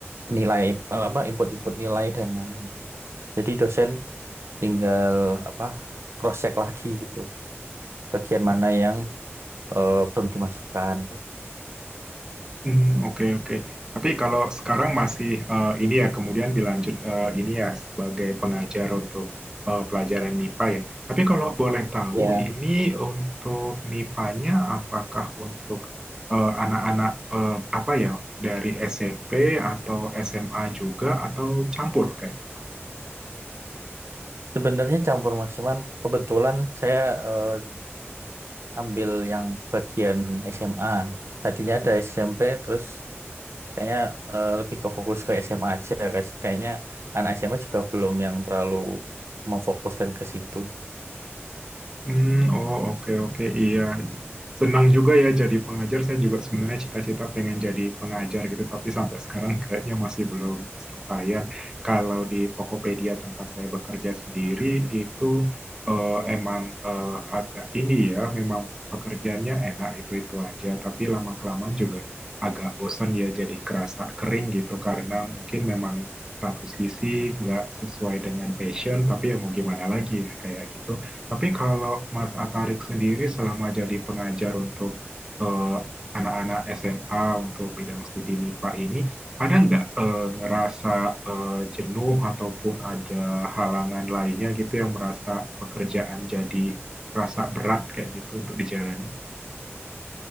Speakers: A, on the right; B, on the right.
A: nilai eh, apa input-input nilai dan lain-lain. Jadi dosen tinggal apa cross check lagi gitu bagian mana yang eh, belum dimasukkan.
B: Hmm, oke oke. Tapi kalau sekarang masih eh, ini ya kemudian dilanjut eh, ini ya sebagai pengajar untuk eh, pelajaran MIPA ya. Tapi kalau boleh tahu
A: Ya.
B: ini untuk MIPA-nya apakah untuk eh, anak-anak eh, apa ya dari SMP atau SMA juga atau campur kayak gitu?
A: Sebenarnya campur mas, cuman kebetulan saya eh, ambil yang bagian SMA. Tadinya ada SMP, terus kayaknya eh, lebih ke fokus ke SMA aja, guys. Kayaknya anak SMA juga belum yang terlalu memfokuskan ke situ.
B: Hmm, oh oke oke iya.
A: Gitu.
B: Senang juga ya jadi pengajar. Saya juga sebenarnya cita-cita pengen jadi pengajar gitu, tapi sampai sekarang kayaknya masih belum kesampaian. Kalau di Tokopedia tempat saya bekerja sendiri itu eh, emang eh, agak ini ya, memang pekerjaannya enak itu-itu aja, tapi lama-kelamaan juga agak bosan ya jadi kerasa kering gitu karena mungkin memang satu sisi nggak sesuai dengan passion, tapi ya mau gimana lagi ya kayak gitu tapi kalau Mas Atarik sendiri selama jadi pengajar untuk eh, anak-anak SMA untuk bidang studi MIPA ini, ada nggak eh, ngerasa eh, jenuh ataupun ada halangan lainnya gitu yang merasa pekerjaan jadi rasa berat kayak gitu untuk dijalani?